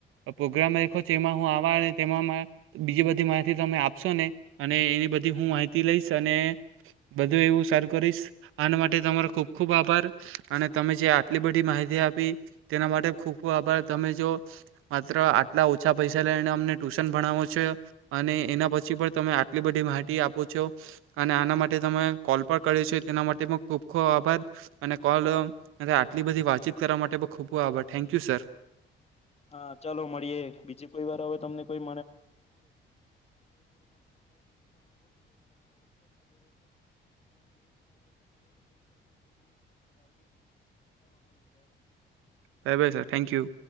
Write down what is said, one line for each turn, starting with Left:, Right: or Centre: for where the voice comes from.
Right: પ્રોગ્રામ રાયખો છો એમાં હું આ તેમાં મે બીજી બધી માહિતી તમે આપશો ને અને એની બધી હું માહિતી લઈશ અને બધું એવું સારુ કરીશ આના માટે તમારો ખુબ ખુબ આભાર અને તમે જે આટલી બધી માહિતી આપ તેના માટે ખૂબ ખૂબ આભાર તમે જો માત્ર આટલા ઓછા પૈસા લઈને અમને ટ્યુશન ભણાવો છો અને એના પછી પણ તમે આ આટલી બધી માહિતી આપો છો અને આના માટે તમે કોલ પણ કર્યો છે તેના માટે પણ ખૂબ ખૂબ આભાર અને કોલ અને આટલી બધી વાતચીત કરવા માટે બો ખૂબબ આભાર થેન્ક યુ સર
Left: હા ચાલો મળીએ બીજી કોઈ વાર હવે તમને કોઈ
Right: bye bye sir thank you